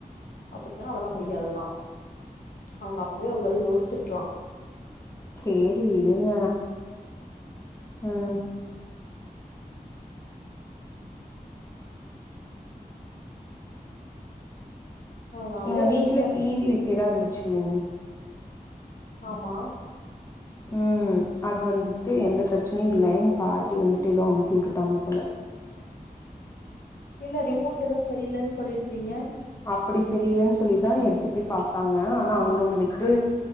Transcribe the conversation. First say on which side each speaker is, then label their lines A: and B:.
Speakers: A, on the left; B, on the left.
A: அப்டின்னா அதெல்லா முடியாதுதா அவங்க அப்பவே ஒரு தடவ யோசிச்சிருக்லா
B: சேரி விடுங்க ம்
A: அதனால
B: எங்க
A: எதுவு
B: வீட்ல
A: இல்ல
B: டி வி ரிப்பேரா இருந்து சொல்லுங்
A: ஆமா
B: ம் அது வந்துட்டு எந்த பிரச்னையு இல்ல எங்க பாட்டி வந்துட்டு எதோ அமுத்தி விட்டுட்டாங்க போல
A: இல்ல ரிமோட் எதோ சரியில்லன் சொல்லி டிங்க
B: அப்பிடி சரியில்லன் சொல்லிதா எடுத்துட் போய் பாத்தாங்க ஆனா அங்க வந்துட்டு